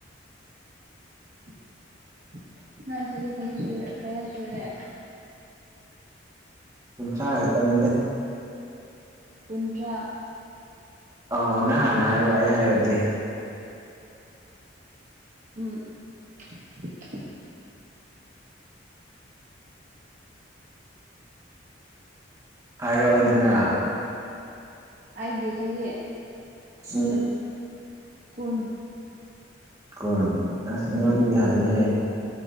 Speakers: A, on the right; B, on the right.
A: <inaudible> ꯅꯥꯟ ꯁꯌꯦ ꯀ ꯁ ꯀꯌꯥ ꯁꯨꯨꯔꯦ
B: ꯀꯨꯟꯊ꯭ꯔꯥ ꯈꯛꯇꯅꯤꯗ
A: ꯀꯨꯟꯗ꯭ꯔꯥ
B: ꯑꯣ ꯅꯪ ꯍꯥꯟꯅ ꯍꯥꯏꯔꯛꯑꯣ ꯑꯩ ꯍꯥꯏꯔꯛꯀꯦ
A: ꯎꯝ <inaudible>
B: ꯍꯥꯏꯔꯛꯑꯣꯗꯅ
A: ꯑꯥꯏꯒꯦ ꯆꯍꯤꯌꯦ
B: <unintelligible>
A: ꯀꯨꯟ
B: ꯀꯣ ꯑꯁ ꯏꯉꯣꯟ ꯂꯩꯒ ꯍꯥꯏꯂꯦ ꯍꯦ